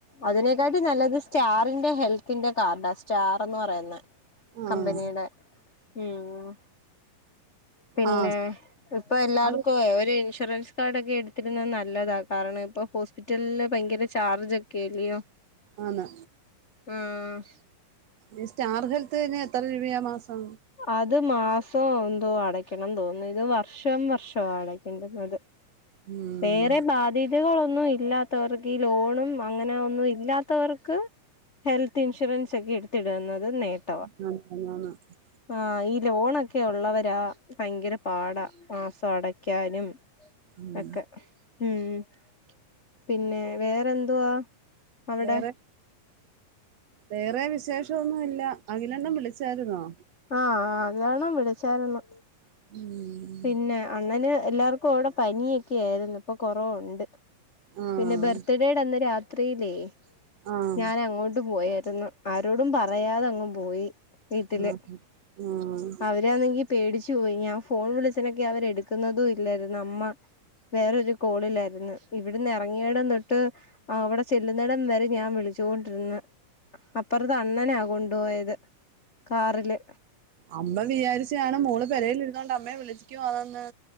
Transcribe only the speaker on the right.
ആഹ്
ആ
അത്
ആന്
ഈ സ്റ്റാർ ഹെൽത്തിന് എത്ര രൂപയാ മാസം
ഉം
<unintelligible>
ഉം
വേറെ വേറെ വിശേഷം ഒന്നുല്ല അഖിലണ്ണൻ വിളിച്ചായിരുന്നോ
<unintelligible>
ആഹ്
ആഹ്
ആഹ് ആഹ്
അമ്മ വിചാരിച്ച് കാണും മോൾ പെരേൽ ഇരുന്നു കൊണ്ട് അമ്മയെ വിളിച്ചിക്കുവാന്നെന്ന്